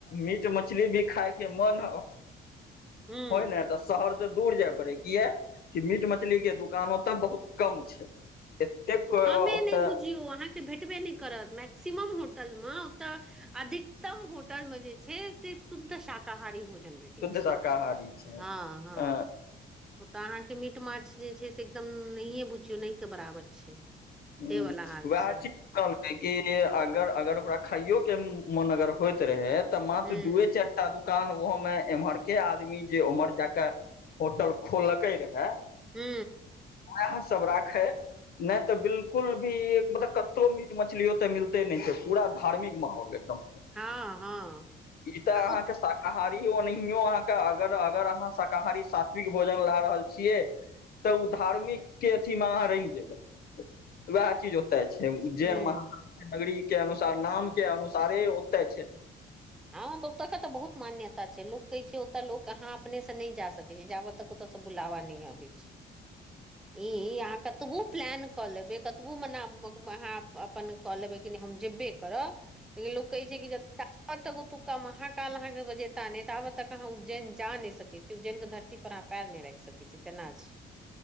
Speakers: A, on the left; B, in the centre.
A: मीट -मछली भी खायके मन
B: हूँ
A: होय ने तऽ, शहर से दूर जाय पड़े, किया कि मीट- मछली के दुकानो ओतऽ बहुत कम छै। एतेक ओतऽ
B: कमे नहि बुझियौ, अहाँके भेटबे नहि करत, मैक्सिमम हो होटल मे ओतऽ अधिकतम होटल मे जे छै, से शुद्ध श शाकाहारी भोजन भेटै
A: शुद्ध शाकाहारी
B: छै,
A: छै
B: हँ-हँ।
A: अ
B: ओ तऽ अहाँके मीट -माछ जे छै, से एकदम नहिए बुझियौ, नहिके बराबर छै।
A: हुं,
B: से वाला हाल
A: उएह
B: छै
A: चि कहलकै कि अगर - अगर ओकरा खाइयो के मोन अगर होइत रहै- तऽ माँ
B: हूँ
A: त दुए चारि एकटा दुकान ओहो में एम्हर के आदमी जे उम्हर जाके होटल खोललकै रहे,
B: हू
A: वेएह सब राखय, नहि तऽ बिलकुल भी मतलब कतौ मीट मछली ओतऽ मिलते नहि छै पूरा धार्मिक माहौल एकदम
B: हँ हँ
A: ई त
B: आ
A: अहाँके
B: ओ
A: शाक शाकाहारी ओनहियो अहाँके अगर - अगर अहाँ शाकाहारी सात्विक भोजन ला रहल छियै तऽ ओ धार्मिक के अथी मे अहाँ रंगि जेबै वएह चीज होतै। छै, उज्जैन
B: हूँ
A: महनगरी के अनुसार नाम के अनुसारे ओतय छै।
B: हँऽ ओतऽ के तऽ बहुत मान्यता छै लोक कहै छै ओतऽ लोक अहाँ अपने से नहि जा सकै छी जाबत तक ओतऽ से अहांके बुलावा नै अबै छै ई अहाँ कतबो प्लान कऽ लेबै कतबो मने अहाँ अपन कऽ लेबै कि हम जेबे करब लेकिन लोक कहै छै कि जते जाबत काल ओतुका महाकाल अहाँ के बजेता नहि ताबत अहाँ उज्जैन जा नहि सकै छी उज्जैनक के धरती पर पएर नहि राखि सकैत छी तेना छै।